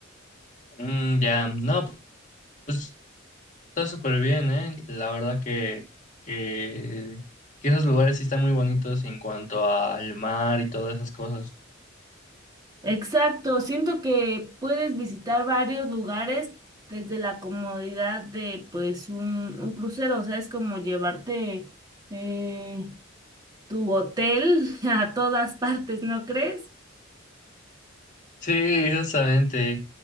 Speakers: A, on the left; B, on the right.
A: Mm, ya, no, pues Está súper bien, ¿eh? La verdad que, que, que esos lugares sí están muy bonitos en cuanto al mar y todas esas cosas.
B: Exacto, siento que puedes visitar varios lugares desde la comodidad de pues un, un crucero, o sea, es como llevarte... eh, tu hotel <laughs> a todas partes, ¿no crees?
A: Sí, justamente.